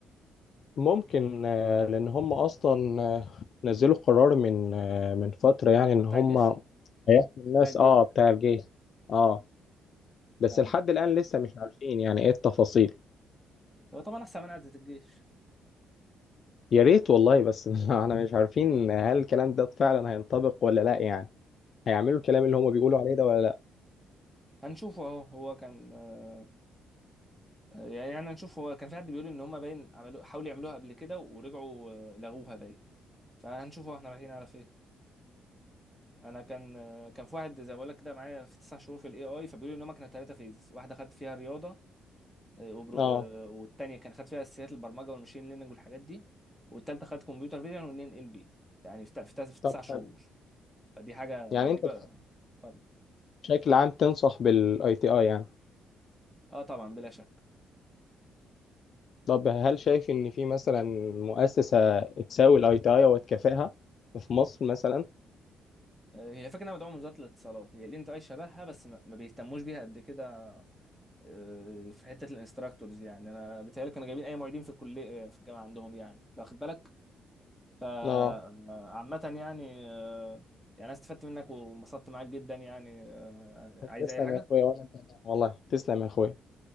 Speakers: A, on the left; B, in the centre.
A: ممكن آه، لان هم اصلا آه، نزلوا قرار من آه، من فترة يعني ان
B: بتاع
A: هم
B: الجيش
A: هيحكوا الناس
B: بتاع الجيش
A: اه بتاع الجيش اه بس
B: بتاع
A: لحد الآن لسه مش عارفين يعني ايه التفاصيل
B: هو طبعا احسن من قعده الجيش
A: يا ريت والله بس <laughs> احنا مش عارفين هل الكلام ده فعلا هينطبق ولا لا يعني هيعملوا الكلام اللي هما بيقولوا عليه ده ولا لا
B: هنشوفه اهو هو كان آه، يعني يعني هنشوف هو كان في حد بيقول ان هم باين عملوا حاولوا يعملوها قبل كده ورجعوا آه، لغوها باين فهنشوف احنا رايحين على فين انا كان كان في واحد زي ما بقول لك كده معايا في تسع شهور في الاي اي فبيقولوا ان هم كانوا ثلاثه فيزز واحده خد فيها رياضه آه، وبرو...
A: اه
B: آه، والتانيه كان خد فيها اساسيات البرمجه والماشين ليرنينج والحاجات دي والتالته خد كمبيوتر فيجن والنين ال بي يعني في, ت- في, تس- في
A: طب
B: تسع شهور
A: حلو
B: فدي حاجه
A: يعني
B: دي
A: انت
B: بقى اتفضل
A: بشكل عام تنصح بالاي تي اي يعني
B: اه طبعا بلا شك
A: طب هل شايف ان في مثلا مؤسسة تساوي الاي تي اي او تكافئها في مصر مثلا
B: آه، هي فكره انها مدعومه من وزاره الاتصالات هي الانت اي شبهها بس ما ما بيهتموش بيها قد كده آه، في حته الانستراكتورز يعني انا بيتهيألي كانوا جايبين اي معيدين في الكليه آه، في الجامعه عندهم يعني واخد بالك فعامة
A: اه
B: يعني آه، يعني أنا استفدت منك وانبسطت معاك جدا يعني آه، عايز
A: تسلم
B: أي حاجة؟
A: يا اخويا وانا كمان والله تسلم يا اخويا